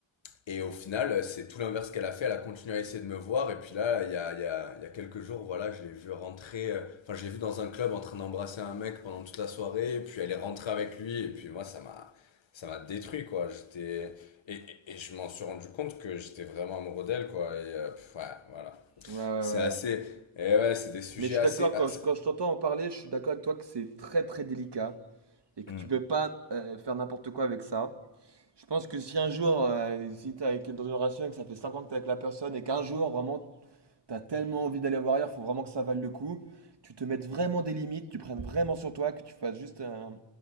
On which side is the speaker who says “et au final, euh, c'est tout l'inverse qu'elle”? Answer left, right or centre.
Left